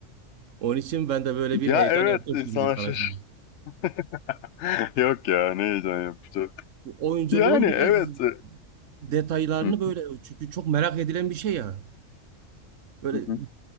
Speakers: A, on the right; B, on the left.
A: Onun için ben de böyle bir
B: Ya
A: heyecan
B: evet
A: yaptım
B: insana
A: şimdi tanıştım.
B: şaşır. <laughs> Yok ya ne heyecan yapıcı.
A: Oyunculuğun
B: Yani evet.
A: biraz
B: e,
A: detaylarını
B: Hı.
A: böyle çünkü çok merak edilen bir şey ya. Böyle
B: Hı hı.